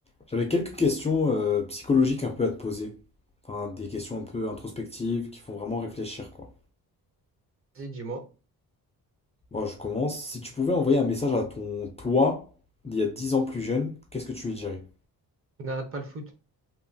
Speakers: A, on the left; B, on the right.
A: J'avais quelques questions euh, psychologiques un peu à te poser. Enfin, des questions un peu introspectives qui font vraiment réfléchir, quoi.
B: Vas-y, dis-moi,
A: Bon, je commence. Si tu pouvais envoyer un message à ton toi d'il y a 10 ans plus jeune, qu'est-ce que tu lui dirais?
B: n'arrête pas le foot,